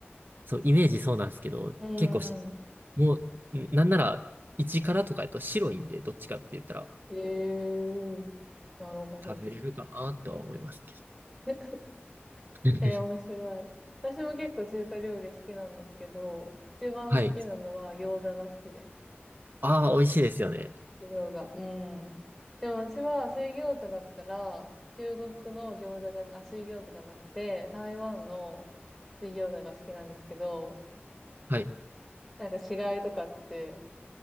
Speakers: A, on the right (about 55°); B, in the centre.
A: そう、イメージそうなんですけど、
B: うー
A: 結構し、
B: ん。
A: もう、んなんなら、一辛とかやと白いんで、どっちかって言ったら、
B: ええーなるほど。
A: 食べれるかなとは思いますけど。
B: <laughs>
A: <laughs>
B: えー、面白い。私も結構中華料理好きなんですけど、一番好きなのは餃子が好きです。
A: はい。ああ、美味しいですよね。
B: 焼き餃子。うん。でも私は水餃子だったら、中国の餃子じゃ、あ、水餃子じゃなくて、台湾の水餃子が好きなんですけど、
A: はい。
B: なんか違いとかって